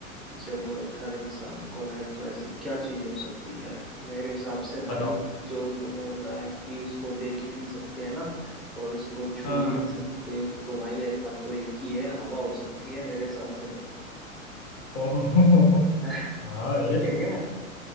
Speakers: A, in the centre; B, on the left.
A: जरूरत हर इंसान को है तो ऐसी क्या चीज हो सकती है मेरे हिसाब से भाई
B: बताओ
A: जो तूने बताया कि उसको देख भी नहीं सकते है ना और उसको छू
B: हाँ
A: भी
B: हाँ
A: नहीं सकते तो भाई ऐसा तो एक ही है हवा हो सकती है मेरे हिसाब से तो
B: ओहो
A: <laughs>
B: हाँ ये
A: ठीक है क्या